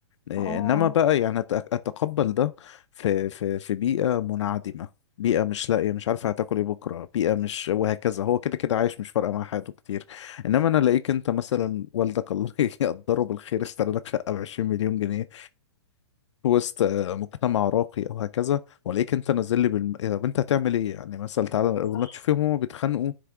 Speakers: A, on the left (about 80°); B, on the left (about 20°).
A: إيه،
B: اه آه،
A: انما بقى يعني أت- اتقبل ده في في في بيئه منعدمه بيئه مش لاقيه مش عارفه هتاكل ايه بكره بيئه مش وهكذا هو كده كده عايش مش فارقه مع حياته كتير انما انا الاقيك انت مثلا والدك الله <laughs> يقدره بالخير اشترى لك شقه ب 20 مليون جنيه في وسط آه، مجتمع راقي او هكذا والاقيك انت نازل لي بالم... إيه، طب انت هتعمل ايه يعني مثلا تعالى ولا
B: آه. صح
A: تشوفهم هما بيتخانقوا